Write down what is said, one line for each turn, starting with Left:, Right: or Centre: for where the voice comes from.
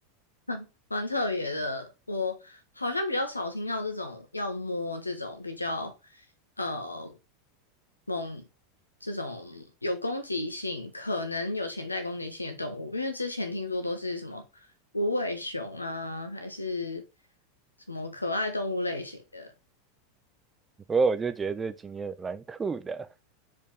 Left: <laughs> 蛮特别的，我好像比较少听到这种要摸这种比较呃猛这种有攻击性，可能有潜在攻击性的动物，因为之前听说都是什么无尾熊啊，还是什么可爱动物类型的，
Right: 不过我就觉得这个经验蛮酷的